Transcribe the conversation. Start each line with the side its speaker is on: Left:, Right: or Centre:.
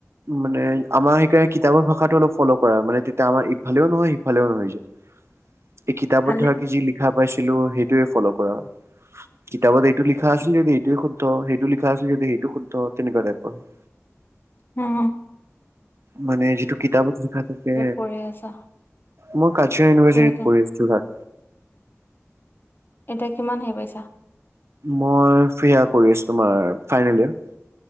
Right: মানে আমাৰ সেইকাৰণে কিতাপৰ ভাষাটো অলপ ফ'ল' কৰা হয়, মানে তেতিয়া আমাৰ ইফালেও নহয় সিফালেও নহয় হৈ যায়। এই কিতাপত
Left: ভালে
Right: ধৰা কি যি লিখা পাইছিলো সেইটোৱে ফ'ল' কৰা হয়। কিতাপত এইটো লিখা আছিল যদি এইটোৱে শুদ্ধ, সেইটো লিখা আছিল যদি সেইটোয়ে শুদ্ধ তেনেকুৱা টাইপৰ হয়।
Left: উম।
Right: মানে যিটো কিতাপত লিখা থাকে,
Left: পঢ়ি আছা
Right: মই কাছাৰ ইউনিভাৰ্চিটিত
Left: যোৰহাটৰ
Right: পঢ়ি আছোঁ। যোৰহাট।
Left: এতিয়া কিমান হেৰাই পাইছা?
Right: মই ফ্ৰীয়া কৰি আছোঁ, তোমাৰ ফাইনেল ইয়েৰ।